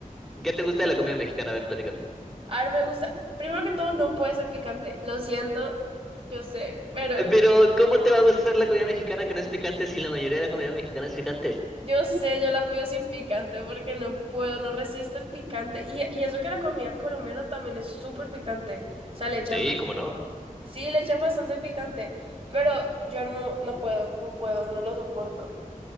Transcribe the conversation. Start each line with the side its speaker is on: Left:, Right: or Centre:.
Centre: ¿Qué te gusta de la comida mexicana? A ver, platícame.
Right: A ver, me gusta. Primero que todo, no puede ser picante. Lo siento, yo sé, pero
Centre: Eh, Pero, ¿cómo te va a gustar la comida mexicana que no es picante si la mayoría de la comida mexicana es picante?
Right: yo sé, yo la pido sin picante porque no puedo, no resisto el picante. Y, y eso que la comida colombiana también es súper picante. O sea, le echan,
Centre: Sí,
Right: ba-
Centre: ¿cómo no?
Right: sí, le echan bastante picante, pero yo no, no puedo, no puedo, no lo soporto.